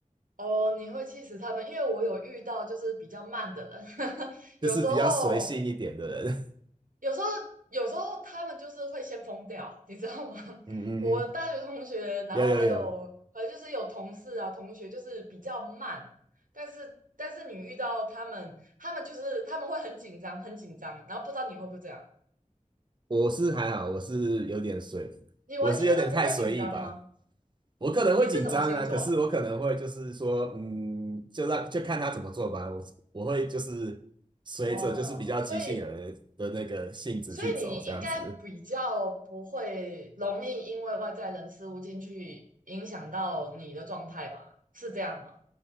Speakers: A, on the right (about 85°); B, on the right (about 35°).
A: 哦，你会气死他们，因为我有遇到就是比较慢的人，<laughs>
B: <laughs>
A: 有时候
B: 就是比较随性一点的人。
A: 有时候，有时候他们就是会先疯掉，你知道吗？<laughs>
B: 嗯嗯嗯，
A: 我大学同学，然后还有，
B: 有有有，
A: 反正就是有同事啊，同学就是比较慢，但是但是你遇到他们，他们就是他们会很紧张，很紧张，然后不知道你会不会这样，
B: 我是还好，我是有点随，
A: 你完全都不会紧张吗？
B: 我是有点太随意吧。我可能会紧张啊，
A: 你是什么星座啊？
B: 可是我可能会就是说，嗯，就让就看他怎么做吧。我我会就是随着就是比较即兴的的那个性质去走，
A: 哦，所以所以你应该比较不会容易因为外在人事物进去影响到你的状态吧？
B: 这样子
A: 是这样吗？